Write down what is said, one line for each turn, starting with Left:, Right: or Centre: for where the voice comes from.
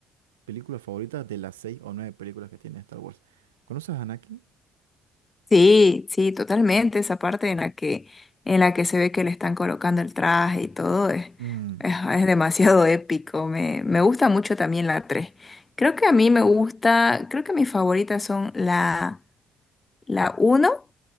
Right: películas favoritas de las seis o nueve películas que tiene Star Wars. ¿Conoces a Anakin?
Left: Sí, sí, totalmente. Esa parte en la que, en la que se ve que le están colocando el traje y todo es,
Right: Mm.
Left: es, es demasiado <laughs> épico. Me, me gusta mucho también la tres Creo que a mí me gusta, creo que mis favoritas son la La uno